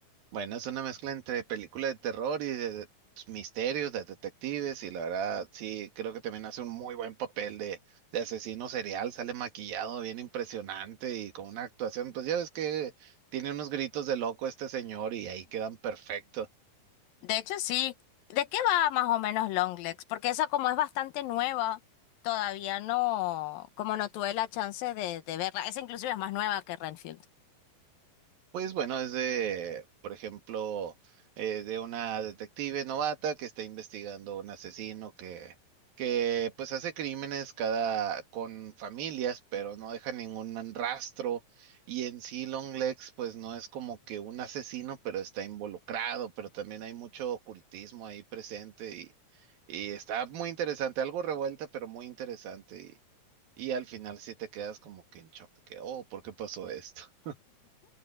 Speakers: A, on the right; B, on the left.
A: Bueno, es una mezcla entre película de terror y de de- misterios, de detectives, y la verdad, sí, creo que también hace un muy buen papel de, de asesino serial, sale maquillado, bien impresionante y con una actuación, pues ya ves que tiene unos gritos de loco este señor y ahí quedan perfectos.
B: De hecho, sí. ¿De qué va más o menos Longlegs? Porque esa como es bastante nueva, todavía no, como no tuve la chance de, de verla. Esa inclusive es más nueva que Renfield.
A: Pues bueno, es de, por ejemplo, eh, de una detective novata que está investigando un asesino que, que pues hace crímenes cada con familias, pero no deja ningún rastro. Y en sí Longlegs, pues no es como que un asesino, pero está involucrado, pero también hay mucho ocultismo ahí presente y, y está muy interesante, algo revuelta, pero muy interesante. Y, y al final sí te quedas como que en shock, de que, oh, ¿por qué pasó esto? <laughs>